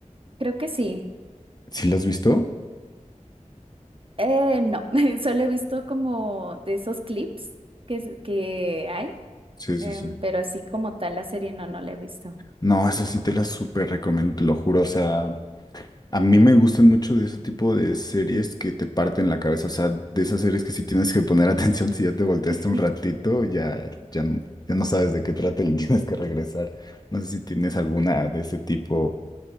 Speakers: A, on the right; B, on the left.
A: Creo que sí.
B: ¿Sí la has visto?
A: Eh, no, <laughs> solo he visto como de esos clips que, s- que hay,
B: Sí, sí,
A: em,
B: sí.
A: pero así como tal la serie no, no la he visto.
B: No, esa sí te la súper recomiendo, te lo juro. O sea. A mí me gustan mucho de ese tipo de series que te parten la cabeza, o sea, de esas series que si tienes que poner <laughs> atención, si ya te volteaste
A: <laughs>
B: un ratito, ya, ya, n- ya no sabes de qué trata y <laughs> tienes que regresar. No sé si tienes alguna de ese tipo